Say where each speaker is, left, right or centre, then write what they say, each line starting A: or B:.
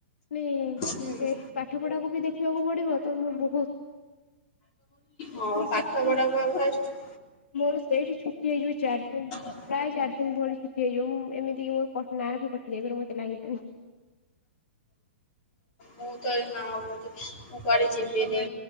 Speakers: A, on the left (about 85°); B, on the left (about 30°).
A: ନି
B: ହୁଁ।
A: ଏ ପାଠ ପଢାକୁ ବି ଦେଖିବାକୁ ପଡିବ ତ ମୁଁ ବହୁ
B: ହଁ ପାଠ
A: ସେଠୁ
B: ପଢ଼ା ଫାଷ୍ଟ
A: ମୋର ସେଇଠି ଛୁଟି ହେଇଯିବ ଚାରି ଦିନ
B: <unintelligible>
A: ପ୍ରାୟ ଚାରି ଦିନ ଭଳି ଛୁଟି ହେଇଯିବ ମୁଁ ଏମିତି କି ମୋରଁ କ ନା ବି କଟି ଯାଇ ପାରେ ମୋତେ ଲାଗିଲାଣିି।
B: ମୁଁ ତ ଏଇନା ଆଉ ମୋତେ ମୁଁ କୁଆଡେ ଯିବିନି